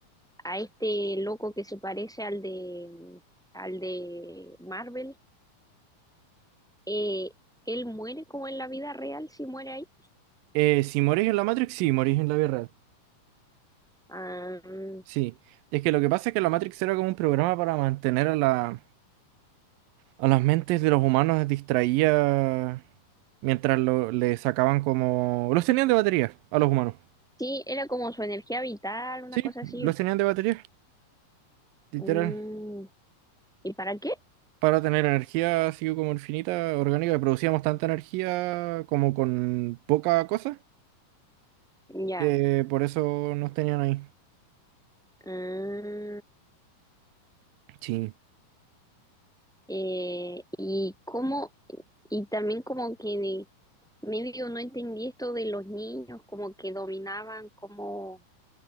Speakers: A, in the centre; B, on the right.
A: a este loco que se parece al de, al de Marvel, eh, él muere como en la vida real si muere ahí.
B: Eh, si morís en la Matrix, sí, morís en la vida real.
A: Ah, mm,
B: Sí. Es que lo que pasa es que la Matrix era como un programa para mantener a la, a las mentes de los humanos les distraía mientras lo, le sacaban como... Los tenían de batería a los humanos.
A: Sí, era como su energía vital, una
B: Sí,
A: cosa así.
B: los tenían de batería, literal.
A: Mm, ¿Y para qué?
B: Para tener energía así como infinita, orgánica, que producíamos tanta energía como con poca cosa,
A: Ya.
B: que por eso nos tenían ahí.
A: Ah,
B: Sí.
A: eh, y cómo, y también como que de- medio no entendí esto de los niños, como que dominaban como,